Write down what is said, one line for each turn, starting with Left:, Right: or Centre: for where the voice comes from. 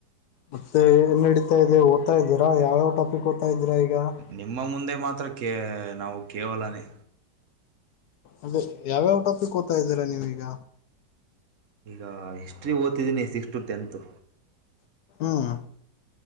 Left: ಮತ್ತೆ ಏನ್ ನಡಿತಾ ಇದೆ ಓದ್ತಾ ಇದೀರಾ ಯಾವ ಯಾವ ಟಾಪಿಕ್ ಓದ್ತಾ ಇದ್ದೀರಾ ಈಗ
Right: ನಿಮ್ಮ ಮುಂದೆ ಮಾ ಮಾತ್ರ ಕ ನಾವು ಕೇವಲನೇ
Left: ಅದೇ ಯಾವ್ಯಾವ ಟಾಪಿಕ್ ಓದ್ತಾ ಇದ್ದೀರಾ ನೀವೀಗ.
Right: ಈಗ ಹಿಸ್ಟ್ರಿ ಓದ್ತಿದ್ದೀನಿ ಸಿಕ್ಸ್ತಟು ಟೆಂತು.
Left: ಹ